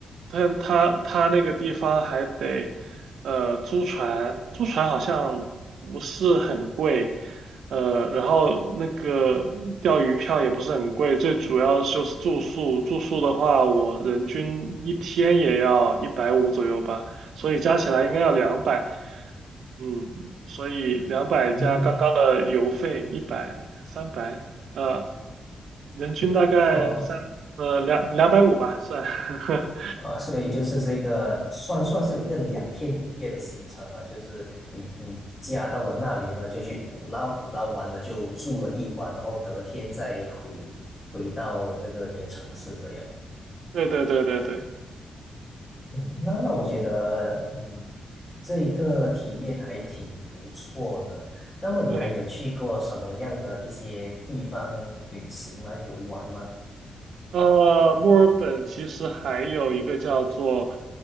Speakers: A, on the right; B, on the left.
A: 他他他那个地方还得。呃，租船，租船好像不是很贵，呃，然后那个钓鱼票也不是很贵，最主要就是住宿，住宿的话，我人均一天也要一百五左右吧，所以加起来应该要两百，嗯，所以两百加刚刚的油费一百三百，
B: 嗯，
A: 呃，人均大概三呃两两百五吧，
B: 哦，
A: 算，<laughs>
B: 呃，所以就是这个算算是一个两天一夜的行程啊，就是你你家到了那里呢，就去捕捞，捕捞完了就住了一晚，然后隔天再回回到那个你的城市这样。
A: 对对对对对。
B: 嗯，那那我觉得，嗯，这一个体验还挺不错的。那么你还有去过什么样的一些地方旅行吗？
A: 对
B: 游玩吗？
A: 呃，墨尔本其实还有一个叫做，